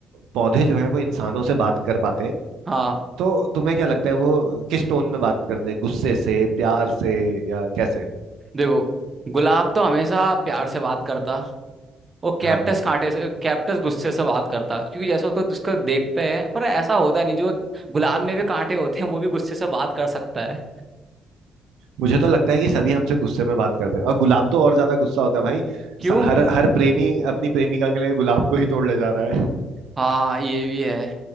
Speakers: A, on the right; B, on the right.
A: पौधे जो है वो इंसानों से बात कर पाते
B: हाँ
A: तो तुम्हें क्या लगता है वो किस टोन में बात करते हैं गुस्से से प्यार से या कैसे
B: देखो गुलाब तो हमेशा प्यार से बात करता वो कैप्टस
A: हाँ
B: कांटे से कैप्टस गुस्से से बात करता क्योंकि जैसे उसको उसको देखते हैं पर ऐसा होता नहीं जो गुलाब में भी कांटे होते हैं वो भी गुस्से से बात कर सकता है
A: मुझे तो लगता है कि सभी हमसे गुस्से में बात करते हैं और गुलाब तो और ज्यादा गुस्सा होता है भाई
B: क्यों
A: स- हर हर प्रेमी अपनी प्रेमिका के लिए गुलाब को ही तोड़ ले जा रहा है
B: हाँ ये भी है